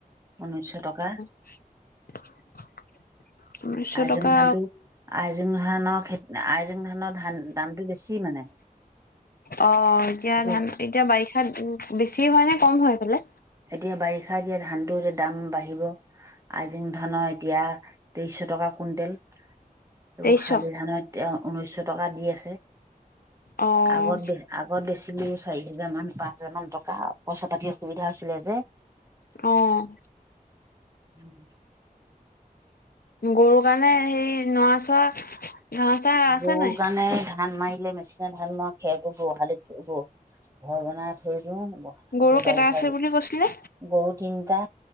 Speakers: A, on the right (about 20°); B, on the left (about 80°).
A: ঊনৈছশ টকা
B: <inaudible>
A: আইজং
B: টকা
A: ধানটো আইজোং ধানৰ খেত আইজোং ধানৰ ধান দামটো বেছি মানে
B: অ' এতিয়া
A: সেইটো
B: ধান এতিয়া বাৰিষাত বেছি হয় নে কম সেইফালে?
A: এতিয়া বাৰিষা দিয়া ধানটো যে দাম বাহিব আইজিং ধানৰ এতিয়া তেইছশ টকা কুণ্টেল এইবোৰ
B: তেইছশ?
A: শালি ধানত এতিয়া ঊনৈছশ টকা দি আছে।
B: অ',
A: আগত বে আগত বেছিলো চাৰি হোজাৰ মান, পাঁচ হাজাৰ মান টকা পইচা পাতি অসুবিধা হৈছিলে যে।
B: অ'
A: <inaudible>
B: গৰু কাৰণে হেৰি নোৱা-চোৱা, ঘাহ-চা আছে
A: গৰুৰ
B: নাই?
A: কাৰণে ধান মাৰিলে মেচিনে ধান মৰাৰ খেৰতো গোহালিত ঘৰ বনাই থৈ দিউ
B: গৰু
A: এতিয়া
B: কেইটা
A: বাৰিষা
B: আছে বুলি কৈছিলে?
A: গৰু তিনটা